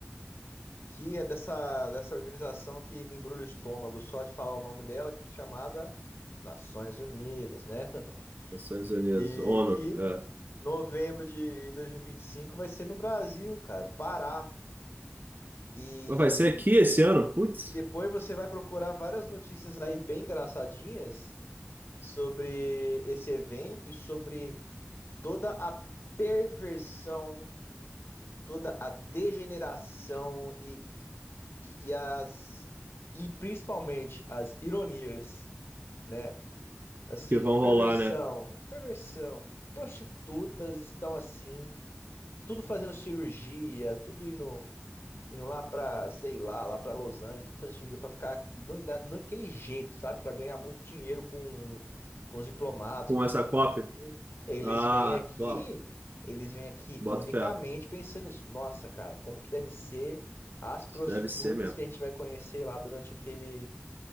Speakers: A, on the left (about 65°); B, on the right (about 45°).
A: que é dessa, dessa organização que me embrulha o estômago só de falar o nome dela, chamada Nações Unidas, né? <laughs>
B: Nações Unidas,
A: E
B: ONU,
A: que
B: é.
A: novembro de dois mil e e vinte e cinco vai ser no Brasil, cara, no Pará. E,
B: Mas vai ser aqui esse ano? Putz,
A: E depois você vai procurar várias notícias aí bem engraçadinhas sobre esse evento e sobre toda a perversão, toda a degeneração e, e, e as e principalmente as ironias, né? Assim,
B: que vão
A: perversão,
B: rolar, né?
A: perversão, prostitutas estão assim, tudo fazendo cirurgia, tudo indo Indo lá pra, sei lá, lá pra Los Angeles, tentando fazer cirurgia pra ficar no- da- naquele jeito, sabe? Pra ganhar muito dinheiro com, com os diplomatas,
B: Com
A: com os
B: essa
A: políticos.
B: COP.
A: porque Eles
B: Ah,
A: vêm aqui,
B: ó,
A: eles vêm aqui
B: boto
A: unicamente
B: fé.
A: pensando nisso. Nossa, cara, como que deve ser as prostitutas
B: Deve ser mesmo.
A: que a gente vai conhecer lá durante aquele,